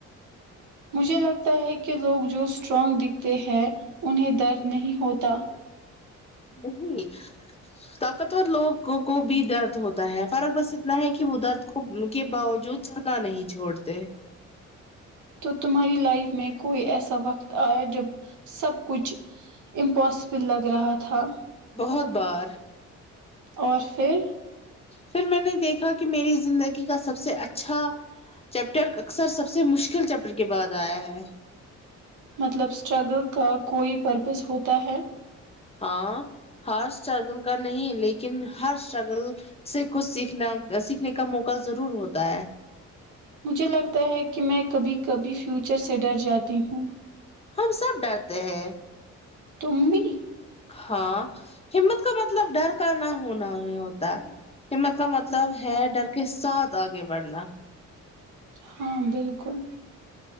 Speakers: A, on the right (about 80°); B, on the left (about 20°).
A: مجھے لگتا ہے کہ لوگ جو اسٹرانگ دکھتے ہیں انہیں درد نہیں ہوتا تو
B: نہیں طاقتور لوگ کو بھی درد ہوتا ہے فرق بس اتنا ہے کہ وہ درد کو کے باوجود چلنا نہیں چھوڑتے
A: تو تمہاری لائف میں کوئی ایسا وقت آیا جب سب کچھ امپاسبل لگ رہا تھا
B: بہت بار
A: اور پھر
B: پھر میں نے دیکھا کہ میری زندگی کا سب سے اچھا چیپٹر اکثر سب سے مشکل چیپٹر کے بعد آیا ہے
A: مطلب سٹرگل کا کوئی پرپز ہوتا ہے
B: ہاں ہار اسٹرگل کا نہیں لیکن ہر اسٹرگل سے کچھ سیکھنا سیکھنے کا موقع ضرور ہوتا ہے
A: مجھے لگتا ہے کہ میں کبھی کبھی فیوچر سے ڈر جاتی ہوں
B: ہم سب ڈرتے ہیں
A: تم بھی
B: ہاں ہمت کا مطلب ڈر کا نہ ہونا ہی ہوتا ہمت کا مطلب ہے ڈر کے ساتھ آگے بڑھنا
A: ہاں بالکل